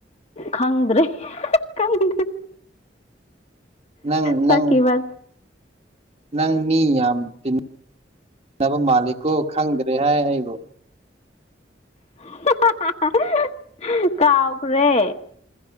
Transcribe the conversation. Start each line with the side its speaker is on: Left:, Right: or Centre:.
Left: ꯈꯪꯗ꯭ꯔꯦ ꯈꯪꯗꯦ
Right: ꯅꯪ
Left: ꯆꯠꯈꯤꯕ
Right: ꯅꯪ ꯅꯪ ꯃꯤ ꯌꯥꯝ ꯇꯤꯟ ꯅꯕ ꯃꯥꯜꯂꯤꯀꯣ ꯈꯪꯗ꯭ꯔꯦ ꯍꯥꯏ ꯑꯩꯕꯨ
Left: <unintelligible> ꯀꯥꯎꯈ꯭ꯔꯦ